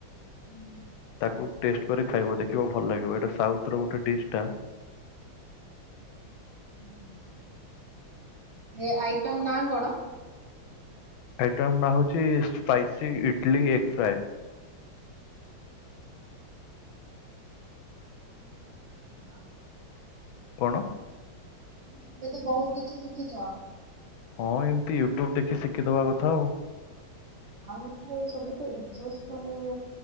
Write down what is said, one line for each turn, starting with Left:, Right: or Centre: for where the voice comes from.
Right: ହୁଁ।
Left: ତାକୁ ଟେଷ୍ଟ କରି ଖାଇବ ଦେଖିବ ଭଲ ଲାଗିବ ଏଇଟା ସାଉଥ ର ଗୋଟେ ଡିସ୍ ଟା।
Right: ହୁଁ। ଏ ଆଇଟମ୍ ନାଁ କଣ?
Left: ଆଇଟମ୍ ନା ହୋଉଛି ସ୍ପାଇସି ଇଟଲି ଏଗ ଫ୍ରାଏ।
Right: ହୁଁ ବା।
Left: କଣ?
Right: ମୁ କହିଲି ତୁମେ ତ ବହୁତ କିଛି ଶିଖିଛ।
Left: ହଁ ଏମତି ୟୁଟ୍ୟୁବ ଦେଖି ଶିଖିଦବା କଥା ଆଉ।
Right: ଆଉ ଗୋଟେ ସବୁଠୁ ଇଜିଏଷ୍ଟ ମାନେ